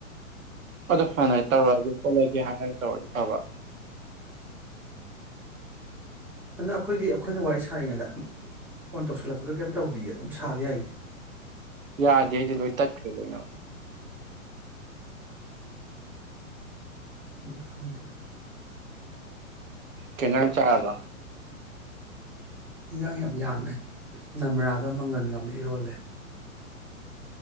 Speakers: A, on the right; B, in the centre.
A: ꯑꯗꯨ ꯐꯥꯅ ꯇꯧꯔꯒꯦ ꯉꯣꯠꯂꯒꯦ ꯍꯥꯏꯔ ꯇꯧꯔꯗꯤ ꯇꯥꯕ꯭ꯔꯣ
B: ꯑꯗꯨꯗ ꯑꯩꯈꯣꯏꯗꯤ ꯑꯩꯈꯣꯏꯅ ꯋꯥꯔꯤ ꯁꯥꯔꯤꯉꯩꯗ ꯐꯣꯟ ꯇꯧꯁꯤꯜꯂꯛꯄꯗꯣ ꯀꯩꯝ ꯇꯧꯗ ꯑꯗꯨꯝ ꯁꯥꯕ ꯌꯥꯏꯌꯦ
A: ꯌꯥꯗꯦ ꯑꯩꯗꯤ ꯂꯣꯏ ꯇꯠꯈ꯭ꯔꯦ ꯂꯣꯏꯅ
B: ꯗꯤꯈꯡꯗꯦ
A: ꯀꯩ ꯏꯟꯖꯥꯡ ꯆꯥꯔꯕ
B: ꯏꯟꯖꯥꯡ ꯌꯥꯝ ꯌꯥꯝꯃꯦ ꯅꯝ꯭ꯔꯥꯒ ꯃꯪꯒꯟꯒ ꯑꯃ ꯏꯔꯣꯜꯂꯦ